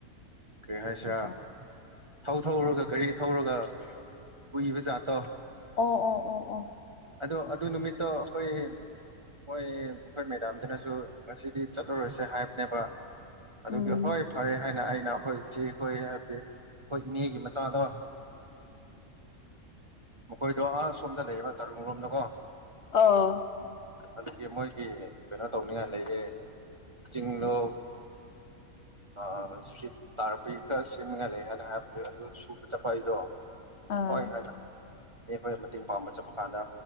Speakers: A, on the right; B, on the left.
A: ꯀꯔꯤ ꯍꯥꯏꯁꯤꯔꯥ
B: ꯑꯣ
A: ꯊꯧ ꯊꯧꯔꯒ ꯒꯥꯔꯤ ꯊꯧꯔꯒ ꯎꯏꯕ ꯖꯥꯠꯇꯣ
B: ꯑꯣ ꯑꯣ ꯑꯣ ꯑꯣ
A: ꯑꯗꯣ ꯑꯗꯨ ꯅꯨꯃꯤꯠꯇꯣ ꯑꯈꯣꯏ ꯃꯣꯏ ꯑꯩꯈꯣꯏ ꯃꯦꯗꯥꯝꯗꯨꯅꯁꯨ ꯉꯁꯤꯗꯤ ꯆꯠꯂꯨꯔꯁꯦ ꯍꯥꯏꯕꯅꯦꯕ ꯑꯗꯨꯒꯤ
B: ꯎꯝ
A: ꯍꯣꯏ ꯐꯔꯦ ꯍꯥꯏꯅ ꯑꯩꯅ ꯑꯩꯈꯣꯏ ꯏꯆꯦ ꯈꯣꯏ ꯍꯥꯏꯕꯗꯤ ꯑꯩꯈꯣꯏ ꯏꯅꯦꯒꯤ ꯃ ꯆꯥꯗ ꯃꯈꯣꯏꯗꯣ ꯑꯥꯁꯣꯝꯗ ꯂꯩꯌꯦꯕ ꯇꯔꯨꯡ ꯂꯣꯝꯗꯀꯣ
B: ꯑ
A: ꯑꯗꯨꯒꯤ ꯃꯣꯏꯒꯤ ꯀꯩꯅꯣ ꯇꯧꯅꯤꯡꯉꯥꯏ ꯂꯩꯌꯦ ꯆꯤꯡꯗꯣ ꯑꯥ ꯁꯇ꯭ꯔ꯭ꯤꯞ ꯇꯥꯔꯛꯄꯩ ꯈꯔ ꯁꯦꯝꯅꯤꯉꯥꯏ ꯂꯩ ꯍꯥꯏꯅ ꯍꯥꯏꯕꯅꯦ ꯑꯗꯨ ꯁꯨꯕ ꯆꯠꯄ ꯑꯩꯗꯣ
B: ꯑꯥ
A: ꯍꯣꯏ ꯍꯥꯏꯅ ꯗꯩ ꯑꯩꯈꯣꯏ ꯃꯇꯦꯡ ꯄꯥꯡꯕ ꯆꯠꯄ ꯀꯥꯟꯗ